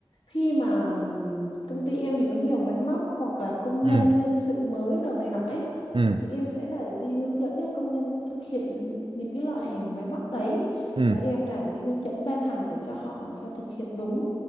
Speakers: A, on the left; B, on the right.
A: khi mà ừm, công ty em thì có nhiều máy móc hoặc là công
B: ừ
A: nhân nhân sự mới đồ này nọ ấy
B: ừ
A: thì em sẽ là đi hướng dẫn cho công nhân thực hiện những cái loại máy móc đấy
B: ừ
A: và em làm cái hướng dẫn ban hành để cho họ làm sao thực hiện đúng.